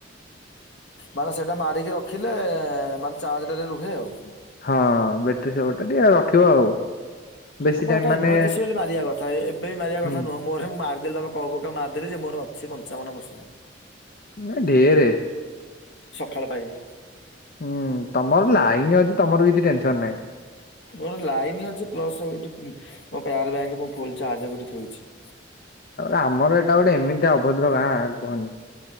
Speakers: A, on the left (about 65°); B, on the left (about 50°).
A: ମାନେ ସେଇଟା ମାରିକି ରଖିଲେ ମାନେ ଚାର୍ଜଟାରେ ରୁହେ ଆଉ।
B: ହଁ ବେଟେରୀ ସେବର୍ ଟା ଟିକେ ରଖିବ ଆଉ। ବେଶୀ
A: ଆପଣ
B: ଟାଇମ୍
A: ହେଟା
B: ମାନେ
A: ଏମଜେସି ବୋଲି ମାରିବା କଥା ଏବେ ବି ମାରିବା
B: ହୁଁ
A: କଥା ନୁହଁ। ରୁହେ ମୁଁ ମାରଦେଲି ତମେ କ ଗୋଟେ ମାରଦେଲି ଯେ ମୋର ଅଛି ପଞ୍ଚାବନ ପର୍ସେଣ୍ଟ।
B: ଏ ଢେରେ।
A: ସକାଳ ପାଇଯିବ।
B: ହୁଁ ତମର ଲାଇନ ଅଛି ତମର କିଛି ଟେନସନ ନାହିଁ।
A: ମୋର ଲାଇନ ଅଛି ପ୍ଲସଠି ମୋ ପାର ବ୍ୟାଙ୍କ ମୁଁ ଫୁଲ ଚାର୍ଜ କରିକୀ ଥୋଇଛି।
B: ଆମର ଏଇଟା ଗୋଟେ ଏମିତି ଅଭଦ୍ର ଗାଁ କୁହନି।